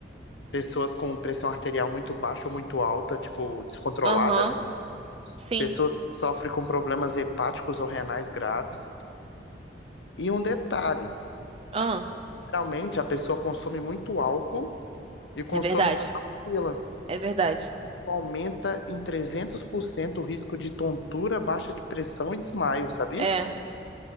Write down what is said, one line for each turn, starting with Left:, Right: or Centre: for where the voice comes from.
Left: pessoas com pressão arterial muito baixa ou muito alta, tipo, descontrolada,
Right: aham,
Left: né?
Right: sim,
Left: Pessoas que sofrem com problemas hepáticos ou renais graves. E um detalhe,
Right: ah,
Left: geralmente a pessoa consome muito álcool e consome
Right: É verdade,
Left: o tadalafila.
Right: é verdade.
Left: Aumenta em 300% o risco de tontura, baixa de pressão e desmaio, sabia?
Right: É,